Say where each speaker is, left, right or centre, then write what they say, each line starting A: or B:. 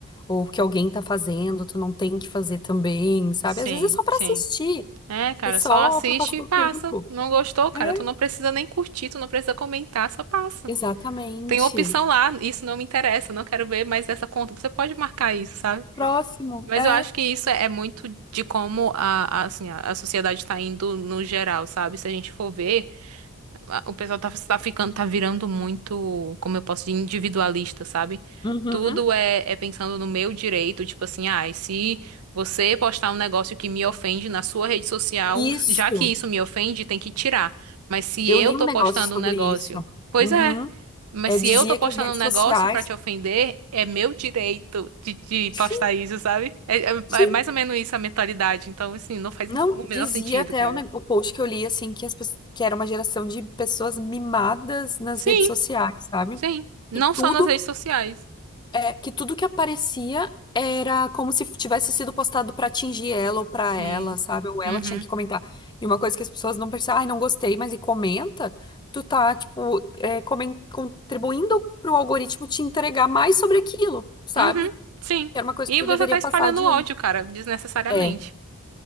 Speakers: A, on the left; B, on the right.
A: ou o que alguém tá fazendo, tu não tem que fazer também, sabe?
B: Sim,
A: Às vezes é só pra
B: sim.
A: assistir,
B: É, cara,
A: é só
B: só assiste
A: pra passar
B: e passa.
A: o tempo.
B: Não gostou, cara?
A: É.
B: Tu não precisa nem curtir, tu não precisa comentar, só passa.
A: Exatamente.
B: Tem opção lá, isso não me interessa, não quero ver mais essa conta. Você pode marcar isso, sabe?
A: Próximo,
B: Mas
A: é.
B: eu acho que isso é é muito de como a, a- assim, a, a sociedade está indo no geral, sabe? Se a gente for ver a- o pessoal tá, tá ficando, tá virando muito, como eu posso dizer, individualista, sabe?
A: Uhum.
B: Tudo é, é pensando no meu direito, tipo assim, ah, e se você postar um negócio que me ofende na sua rede social,
A: Isso.
B: já que isso me ofende, tem que tirar. Mas se
A: Eu
B: eu
A: li
B: tô
A: um negócio
B: postando
A: sobre
B: um negócio,
A: isso.
B: pois
A: Uhum.
B: é. Mas
A: É,
B: se
A: dizia
B: eu tô postando
A: que as redes
B: um negócio
A: sociais.
B: pra te ofender, é meu direito de, de postar
A: Sim,
B: isso, sabe? É, é
A: sim.
B: é mais ou menos isso a mentalidade. Então, assim, não faz
A: Não,
B: o menor
A: dizia
B: sentido,
A: até
B: cara.
A: o, ne- o post que eu li, assim, que, as, pe- que era uma geração de pessoas mimadas nas
B: Sim,
A: redes sociais, sabe?
B: Sim, não
A: Que
B: só
A: tudo
B: nas redes sociais.
A: é que tudo que aparecia era como se tivesse sido postado pra atingir ela ou pra
B: Sim.
A: ela, sabe? Ou ela
B: Uhum.
A: tinha que comentar. E uma coisa que as pessoas não percebem, ai, não gostei, mas e comenta, tu tá, tipo, é, comen- contribuindo pro algoritmo te entregar mais sobre aquilo, sabe?
B: Uhum. Sim.
A: Que era uma coisa
B: E
A: que tu
B: você
A: deveria
B: tá espalhando
A: passar adiante.
B: ódio, cara, desnecessariamente.
A: É.